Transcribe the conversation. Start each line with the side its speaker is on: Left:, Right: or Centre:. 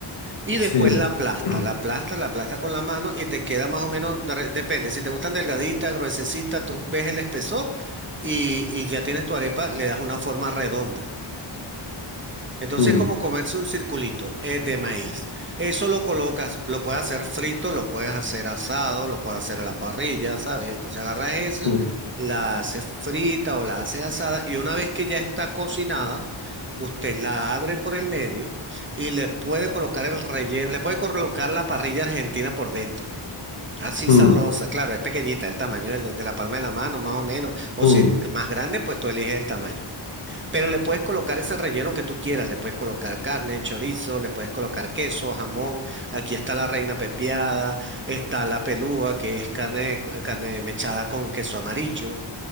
Right: y después
Left: sí.
Right: la aplasta,
Left: <clears throat>
Right: la aplasta, la aplasta con la mano y te queda más o menos, de re- depende, si te gustan delgadita, gruesecita, tú ves el espesor y, y ya tienes tu arepa, le das una forma redonda. Entonces,
Left: Mm,
Right: como comerse un circulito, es de maíz. Eso lo colocas, lo puedes hacer frito, lo puedes hacer asado, lo puedes hacer a la parrilla, ¿sabes? Entonces agarras esa,
Left: mm,
Right: la haces frita o la haces asada y una vez que ya está cocinada, usted la abre por el medio y le puede colocar el relleno, le puede colocar la parrilla argentina por dentro. Así
Left: mm.
Right: sabrosa, claro, es pequeñita, el tamaño de la, de la palma de la mano, más o menos. O
Left: Mm,
Right: si más grande, pues tú eliges el tamaño. Pero le puedes colocar ese relleno que tú quieras, le puedes colocar carne, chorizo, le puedes colocar queso, jamón, aquí está la reina pepiada, está la pelúa, que es carne, co- carne mechada con queso amarillo,